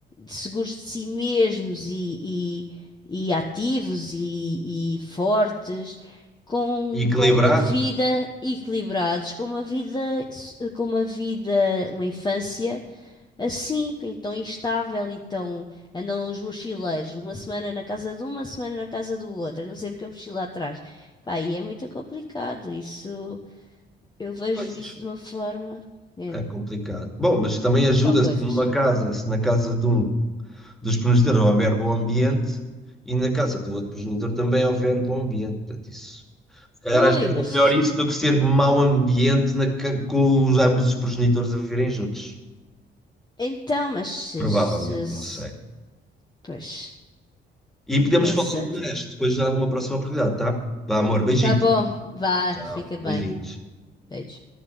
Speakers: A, on the left; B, in the centre.
A: seguros de si mesmos e, e- e ativos e, e fortes, com,
B: E equilibrado.
A: com uma vida equilibrados, com uma vida, s- com uma vida, uma infância assim, então instável e tão. Andam os mochileiros, uma semana na casa de um uma semana na casa do outro, andam sempre com a mochila atrás. Pá, e é muito complicado. Isso, eu vejo
B: Pois.
A: isso de uma forma. É,
B: É complicado. Bom, mas também ajuda-se
A: são coisas.
B: numa casa, se na casa de um dos progenitores houver bom ambiente e na casa do outro progenitor também houver bom ambiente. Portanto, isso. Se calhar
A: Ui,
B: às vezes
A: mas.
B: é melhor isso do que ser mau ambiente na ca- com os, ambos os progenitores a viverem juntos.
A: Então, mas. Se,
B: Provavelmente,
A: se- se-
B: não sei.
A: pois,
B: E podemos
A: não
B: falar
A: sei
B: do
A: também.
B: resto, depois dá uma próxima oportunidade, tá? Vá, amor, beijinho.
A: Tá bom, vá,
B: Tchau,
A: fica bem.
B: beijinhos.
A: Beijo.